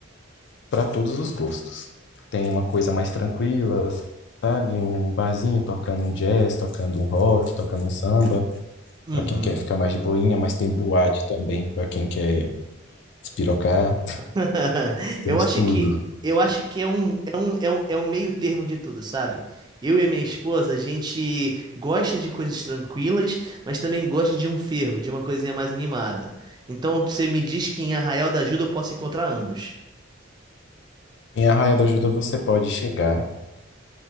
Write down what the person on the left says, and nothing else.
para todos os gostos. Tem uma coisa mais tranquila, sabe? Um barzinho tocando um jazz, tocando um rock, tocando um samba,
para quem quer ficar mais de boinha, mas tem boate também para quem quer despirocar.
Tem
de
tudo.
Em Arraial da Ajuda você pode chegar,